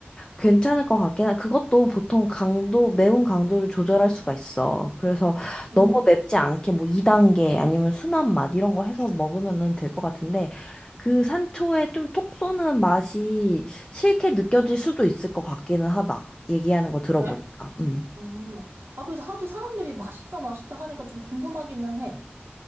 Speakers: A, on the left (about 20°); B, on the right (about 80°).
A: 괜찮을 것 같긴 해. 그것도 보통 강도, 매운 강도를 조절할 수가 있어. 그래서
B: 음,
A: 너무 맵지 않게 뭐 2단계 아니면 순한 맛 이런 거 해서 먹으면은 될 것 같은데 그 산초의 좀 톡 쏘는 맛이 싫게 느껴질 수도 있을 것 같기는 하다. 얘기하는 거 들어보니까.
B: 그래?
A: 음.
B: 음. 아, 그래서 하도 사람들이 맛있다, 맛있다 하니까 좀 궁금하기는 해.